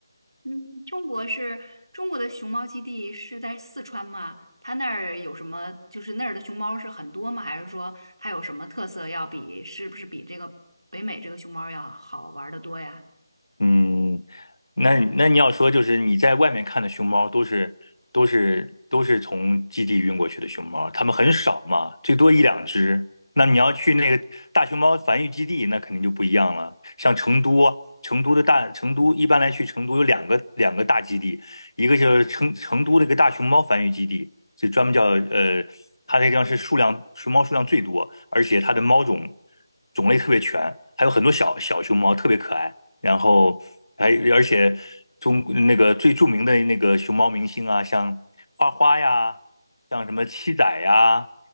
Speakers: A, on the right; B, on the left.
A: 嗯，中国是中国的熊猫基地是在四川吗？它那儿有什么？就是那儿的熊猫是很多吗？还是说它有什么特色要比是不是比这个北美这个熊猫要好玩的多呀？
B: 嗯，那那你要说就是你在外面看的熊猫都是都是都是从基地运过去的熊猫，它们很少嘛，最多一两只。那你要去那个大熊猫繁育基地，那肯定就不一样了。像成都，成都的大成都一般来去成都有两个两个大基地，一个就是成成都那个大熊猫繁育基地，是专门叫呃，它那个地方是数量熊猫数量最多，而且它的猫种种类特别全，还有很多小小熊猫特别可爱。然后还而且中那个最著名的那个熊猫明星啊，像花花呀，像什么七仔呀，